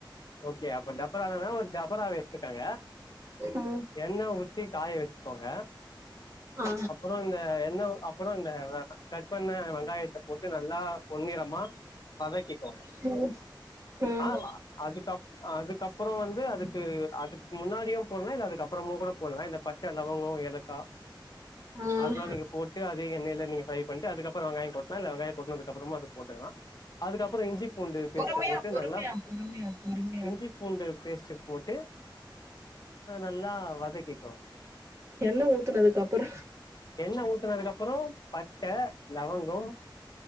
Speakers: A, on the left; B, on the right.
A: ஓகே அப்ப டபராலனா ஒரு டபராவ எடுத்துக்கோங்க
B: ஹும்
A: எண்ண ஊத்தி காய வெச்சிக்கோங்க
B: ஆ
A: அப்றோ இந்த என்ன அப்பறோ இந்த கட் பண்ண வெங்காயத்த போட்டு நல்லா பொன்னிறமா வதக்கிக்கோங்க
B: ம் ம்
A: ஆமா அதுக்கப் அதுக்கப்பறோ வந்து அதுக்கு அதுக்கு முன்னாடியியோ போட்லா இல்ல அதுக்கப்பறமோ கூட போட்லா இந்த ப ட்ட லவங்கோ ஏலக்கா
B: ம்
A: அதெல்லா நீங்க போட் டு அதே எண்ணைல நீங்க ஃப்ரை பண்ட்டு அதுக்கப்பறோ வெங்காயோ போட்டு இல்ல வெங்கயோ கொட்னதுக்கு அப்பறோமா அது போட்டுகலா அதுக்கப்பறோ இஞ்சி பூண்டு பேஸ்ட்டு
B: பொறுமையா
A: போட்டு
B: பொறுமையா
A: நல்லா
B: பொறுமையா பொறுமையா
A: இஞ்சி பூண்டு பேஸ்ட்டு போட்டு ஆ நல்லா வதக்கிக்கோனோ
B: எண்ண ஊத்தனதுக் அப்பறோ
A: எண்ணெ ஊத்துனதுக்கு அப்பறோ பட்ட லவங்கோ